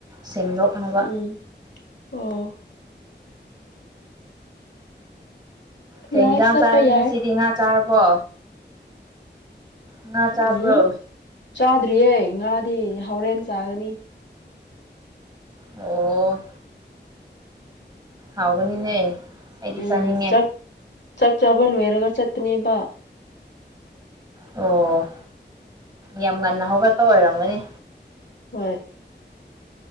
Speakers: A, on the right (about 20°); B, on the left (about 70°).
A: ꯁꯦꯡꯗꯣꯛꯅꯕ
B: ꯎꯝ ꯑꯣ
A: ꯀꯩ
B: ꯌꯥꯏ
A: ꯌꯦꯟꯖꯥꯡ
B: ꯆꯠꯄ
A: ꯆꯥꯔꯒꯦ
B: ꯌꯥꯏ
A: ꯉꯁꯤꯗꯤ ꯉꯥ ꯆꯥꯔꯕꯣ ꯉ
B: ꯎꯝ
A: ꯆꯥꯕ꯭ꯔꯣ
B: ꯆꯥꯗ꯭ꯔꯤꯌꯦ ꯉꯥꯗꯤ ꯍꯣꯔꯦꯟ ꯆꯥꯒꯅꯤ
A: ꯑꯣ ꯍꯥꯎꯒꯅꯤꯅꯦ ꯑꯩꯗꯤ
B: ꯎꯝ
A: ꯆꯥꯅꯤꯡꯉꯦ
B: ꯆꯥꯛ ꯆꯥꯛ ꯆꯥꯕ ꯂꯣꯏꯔꯒ ꯆꯠꯇꯄꯅꯦꯕ
A: ꯑꯣ ꯌꯥꯝ ꯉꯟꯅ ꯍꯧꯒꯠꯄ ꯑꯣꯏꯔꯝꯒꯅꯤ
B: ꯍꯣꯏ